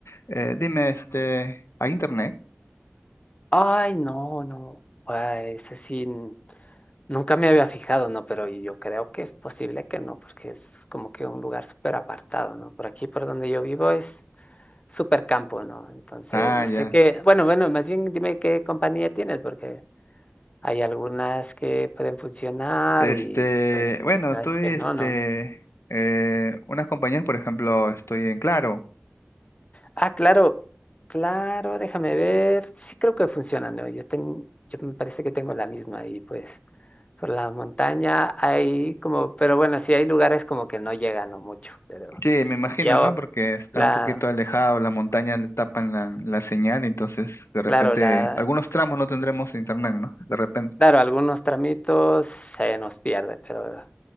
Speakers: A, on the left (about 80°); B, on the left (about 30°).
A: Eh, dime, este, ¿hay internet?
B: Ay, no, no. Ay, ese sí, n- nunca me había fijado, ¿no? Pero yo creo que es posible que no, porque es como que un lugar súper apartado, ¿no? Por aquí, por donde yo vivo, es súper campo, ¿no? Entonces,
A: Ah,
B: no
A: ya.
B: sé qué. Bueno, bueno, más bien dime qué compañía tienes, porque hay algunas que pueden funcionar
A: Este,
B: y pues
A: bueno,
B: las
A: estoy,
B: que
A: este,
B: no, ¿no?
A: eh, unas compañías, por ejemplo, estoy en Claro.
B: Ah, claro, claro, déjame ver. Sí creo que funcionan, ¿no? Yo, ten, yo me parece que tengo la misma y pues. Por la montaña hay como, pero bueno, sí hay lugares como que no llegan o mucho, pero
A: Sí, me imagino,
B: ya,
A: ¿no? Porque está
B: claro,
A: un poquito alejado, las montañas le tapan la, la señal, entonces de repente
B: claro, la,
A: algunos tramos no tendremos internet, ¿no? De repente.
B: claro, algunos tramitos se nos pierde, pero